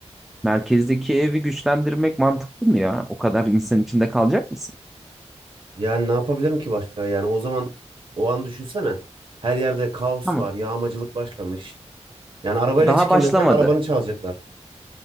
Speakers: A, in the centre; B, on the right.
A: Merkezdeki evi güçlendirmek mantıklı mı ya? O kadar insan içinde kalacak mısın?
B: Yani ne yapabilirim ki başka? Yani o zaman o an düşünsene. Her yerde kaos
A: Tamam.
B: var, yağmacılık başlamış. Yani arabayla
A: Daha
B: çıkayım
A: başlamadı.
B: desen arabanı çalacaklar.